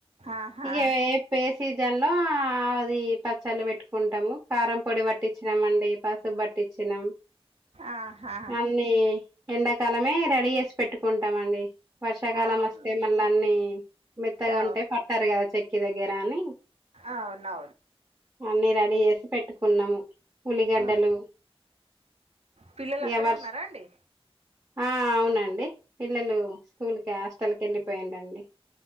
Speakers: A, on the right (about 80°); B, on the right (about 25°).
A: ఆహా
B: ఇక ఏ ఏ సీజన్ లో అది పచ్చళ్ళు పెట్టుకుంటాము కారం పొడి పట్టి మండి పసుపు బట్టించినాం
A: ఆహా
B: అన్ని ఎండాకాలమే రెడీ చేసి పెట్టుకుంటాంండి వర్షాకాలం
A: అవును
B: వస్తే మళ్ళా అన్ని మెత్తగా
A: అవును
B: ఉంటే పట్టారు కదా చెక్కి దగ్గర అని
A: అవును
B: అన్ని రెడీ చేసి పెట్టుకున్నాము ఉల్లిగడ్డలు
A: ఉమ్. పిల్లలు అక్కడే
B: ఎవరు
A: ఉన్నారా అండి
B: ఆ అవునండి పిల్లలు స్కూల్ కి హాస్టల్ కి వెళ్ళిపోయిండండి